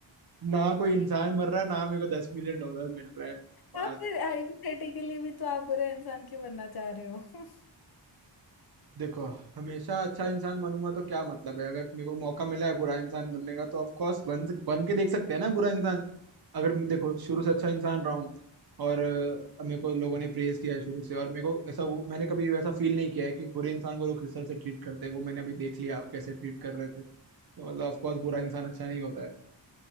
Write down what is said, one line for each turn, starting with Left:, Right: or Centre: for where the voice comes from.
Right: ना कोई
Left: ठीक
Right: इंसान
Left: है
Right: मर रहा है ना मेरे को दस मिलियन डॉलर मिल रहा है बात
Left: आप फिर हाइपोथेटिकली भी तो आप बुरा इंसान क्यों बनना चाह रहे हो
Right: देखो हमेशा अच्छा इंसान बनूंगा तो क्या मतलब है अगर मेरे को मौका मिला है बुरा इंसान बनने का तो ऑफ कोर्स बन सक, बन के देख सकते हैं ना बुरा इंसान अगर मैं देखो शुरू से अच्छा इंसान रहा हूँ और अ, मेरे को लोगों ने प्रेज किया है शुरू से और मेरे को ऐसा वो मैंने कभी वैसा फील नहीं किया है कि बुरे इंसान को लोग किस तरह से ट्रीट करते हैं वो मैंने अभी देख लिया आप कैसे ट्रीट कर रहे थे तो मतलब ऑफ कोर्स बुरा इंसान अच्छा नहीं होता है